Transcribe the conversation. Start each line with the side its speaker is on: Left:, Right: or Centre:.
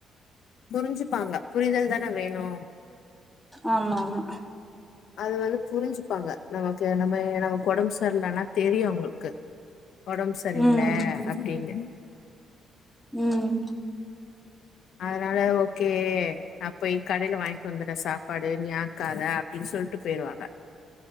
Left: புரிஞ்சுப்பாங்க புரிதல் தான வேணு
Centre: ஆமா ஆமா
Left: அது வந்து புரிஞ்சுப்பாங்க நமக்கு நம்ம நமக் ஒடம்புஸ் ரியிலனா தெரியு அவ்ங்களுக்கு ஒடம் சரியில்ல
Centre: ம்
Left: அப்டினு
Centre: ம்
Left: அதனால ஓகே நா போய் கடைல வாய்ன்டு வந்துற சாப்பாடு நீ ஆக்காத அப்டின் சொல்ட்டு போயிருவாங்க